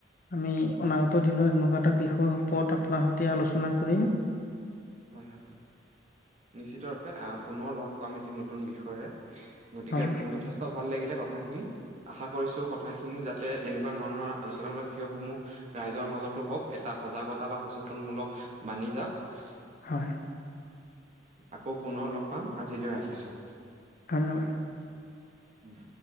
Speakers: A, on the left; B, on the right.
A: আমি অনাগত দিনৰত এনেকুৱা এটা বিষয় ওপৰত আপোনাৰ সৈতে আলোচনা কৰিম
B: হয়োন নিশ্চিত ৰূপে পুনৰ লগ পাম এটি নতুন বিষয়ে গতিকে
A: হয়
B: যথেষ্ট ভাল লাগিলে কথাখিনি আশা কৰিছো কথাখিনি যাতে এনেকুৱা ধৰণৰ আলোচনামূলক বিষয়সমূহ ৰাইজৰ মাজত হওক এটা সজাগতা বা সচেতন মূলক বাানি যও
A: হয়
B: আকৌ পুনৰ লগ পাম আজিলৈ ৰাখিছো
A: ধন্যবাদ
B: উম